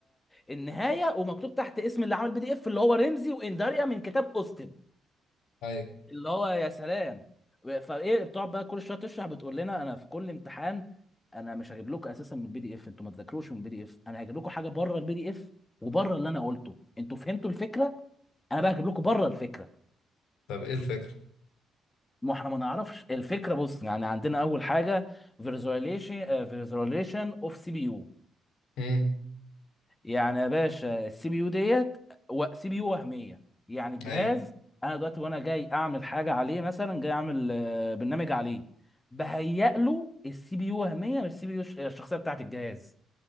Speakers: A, on the left; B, on the left.
A: النهايه ومكتوب تحت اسم اللي عمل بي دي اف اللي هو رمزي وانداريا من كتاب اوستن
B: أيوة
A: اللي هو يا سلام فايه بتقعد بقى كل شويه تشرح بتقول لنا انا في كل امتحان انا مش هجيب لكم اساسا من البي دي اف انتوا ما تذاكروش من البي دي اف انا هجيب لكم حاجه بره البي دي اف وبره اللي انا قلته انتوا فهمتوا الفكره انا بقى هجيب لكم بره الفكره
B: طب ايه الفكرة؟
A: ما احنا ما نعرفش الفكره بص يعني عندنا اول حاجه فيرزواليشن فيرزواليشن اوف سي بي يو
B: امم
A: يعني يا باشا السي بي يو ديت سي بي يو وهميه يعني الجهاز
B: ايوه
A: انا دلوقتي وانا جاي اعمل حاجه عليه مثلا جاي اعمل آه، برنامج عليه بهيئ له السي بي يو وهميه مش السي بي يو الشخصيه بتاعت الجهاز